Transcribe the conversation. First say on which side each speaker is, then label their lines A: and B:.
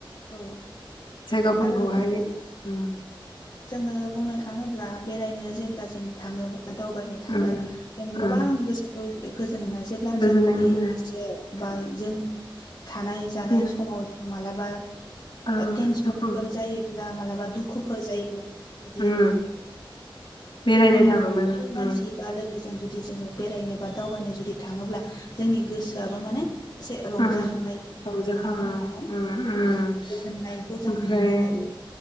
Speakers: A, on the left; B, on the left.
A: औ
B: जायगाफोरखौहाय
A: आरो
B: उ
A: जोङो बुंनो थाङोब्ला बेरायनो जेब्ला जों थाङोब दावबायनो थाङो
B: उम
A: जों
B: उम
A: गोबां गोसो <unintelligible> गोज जोननोमोन <unintelligible> जेब्ला
B: गोजोननाय
A: जोंनि
B: मोनो
A: <unintelligible> थियाव बा जों थानाय जानाय
B: जों
A: समाव जों मालाबा
B: ओ
A: टेनसन
B: दुखु
A: फोर जायोब्ला मालाबा दुखुफोर जायोब्ला जुदि
B: उम बेरायनो
A: गुबुन
B: थाङोबानो
A: न'खरनि मानसि
B: उम
A: बा लो जों जुदि जोङो बेरायनो बा दावबायनो जुदि थाङोब्ला जोंनि गोसोआबो माने रंजाखांनाय
B: उम
A: मोनो
B: रंजाखाङो
A: आरो नङा होमबा नोंथां
B: उम उम
A: गोजोननायखौ जों
B: ओमफ्राय
A: मोननो हायो।